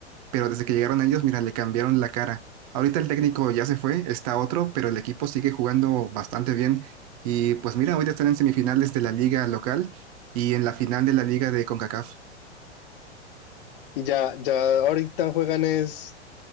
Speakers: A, on the right; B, on the left.
A: pero desde que llegaron ellos, mira, le cambiaron la cara. Ahorita el técnico ya se fue, está otro, pero el equipo sigue jugando bastante bien. Y pues mira, ahorita están en semifinales de la liga local y en la final de la liga de CONCACAF.
B: Y ya, ya ahorita juegan es,